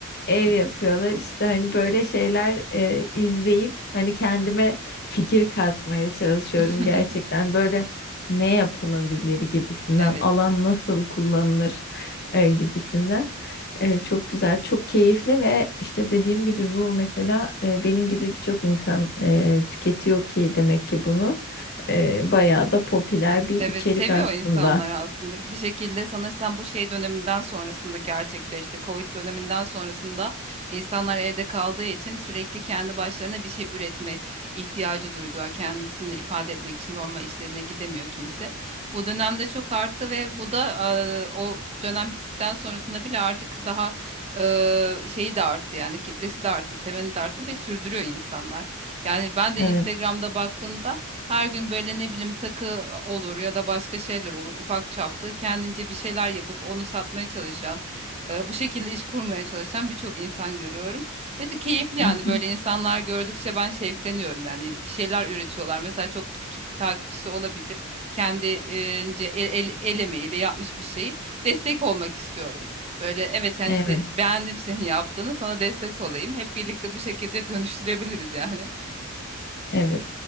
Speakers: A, on the left; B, on the right.
A: ev yapıyorlar. İşte hani böyle şeyler e, izleyip hani kendime fikir katmaya çalışıyorum
B: <laughs>
A: gerçekten. Böyle ne yapılabilir gibisinden,
B: Evet.
A: alan nasıl kullanılır e, gibisinden. E, çok güzel, çok keyifli ve işte dediğim gibi bu mesela e, benim gibi birçok insan e, tüketiyor ki demek ki bunu. E, bayağı da popüler bir
B: Evet
A: içerik
B: seviyor
A: aslında.
B: insanlar aslında. Bir şekilde sanırsam bu şey döneminden sonrasında gerçekleşti. Covid döneminden sonrasında insanlar evde kaldığı için sürekli kendi başlarına bir şey üretme ihtiyacı duydu. Kendisini ifade etmek için normal işlerine gidemiyor kimse. Bu dönemde çok arttı ve bu da e, o dönem bittikten sonrasında bile artık daha e, şeyi de arttı yani kitlesi de arttı, seveni de arttı ve sürdürüyor insanlar. Yani ben de
A: Evet.
B: Instagram'da baktığımda her gün böyle ne bileyim takı olur ya da başka şeyler olur ufak çaplı kendince bir şeyler yapıp onu satmaya çalışan e, bu şekilde iş kurmaya çalışan birçok insan görüyorum ve de keyifli yani
A: Hı
B: böyle
A: hı.
B: insanlar gördükçe ben şevkleniyorum yani bir şeyler üretiyorlar mesela çok küçük takipçisi olabilir kendince el, el, el emeğiyle yapmış bir şeyi destek olmak istiyorum böyle evet yani
A: Evet.
B: se- beğendim senin yaptığını sana destek olayım hep birlikte bu şekilde dönüştürebiliriz yani.
A: Evet.